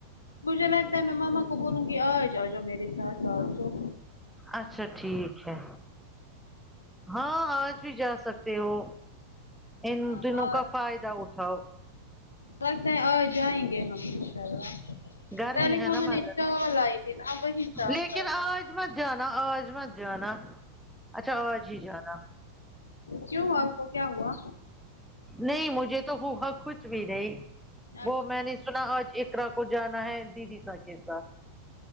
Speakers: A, on the left; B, in the centre.
A: مجھے لگتا ہے میں ماما کو بولوں گی آج آجاؤ میرے ساتھ لال چوک
B: اچھا ٹھیک ہے ہاں آج بھی جا سکتے ہو ان
A: ہاں
B: دنوں
A: آج
B: کا فائدہ اٹھاؤ
A: لگتا ہے آ جائیں گے ہم انشاء اللہ
B: گرمی
A: پہلے
B: ہے
A: مما
B: نا مگر
A: نے شال لائی تھی نا وہ ہی شال
B: لیکن آج مت جانا آج مت جانا اچھا آج ہی جانا
A: کیوں آپ کو کیا ہوا
B: نہیں مجھے تو ہوا کچھ بھی نہیں وہ
A: اچھا
B: میں نے سنا آج اقرا کو جانا ہے دیدی سے کہ ساتھ